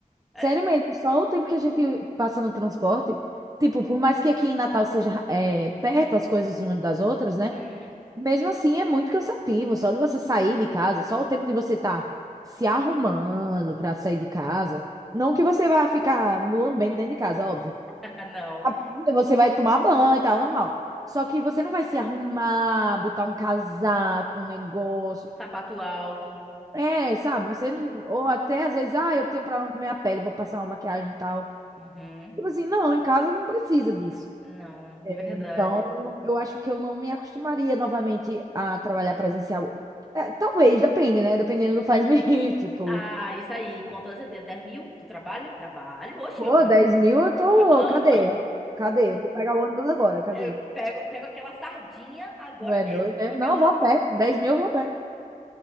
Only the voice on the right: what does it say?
Sério
mesmo, só o tempo que a gente passa no transporte. Tipo, por mais que aqui em Natal seja é, perto as coisas umas das outras, né?
Mesmo assim, é muito cansativo. Só de você sair de casa, só o tempo de você estar se arrumando pra sair de casa. Não que você vá ficar mulambendo dentro de casa, óbvio.
A- Você vai tomar banho e tal, normal. Só que você não vai se arrumar, botar um casaco, um negócio
é, sabe, você não. Ou até às vezes, ah, eu tenho problema com minha pele, vou passar uma maquiagem e tal.
Tipo assim, não, em casa não precisa disso.
É,
então, eu, eu acho que eu não me acostumaria novamente a trabalhar presencial. É, talvez, depende, né? Dependendo do faz-me <laughs> tipo,
pô,
10 mil eu tô.
Cadê? Cadê? Eu vou pegar o ônibus agora, cadê?
Não é
doido, né?
Não, eu vou a pé. dez mil eu vou a pé.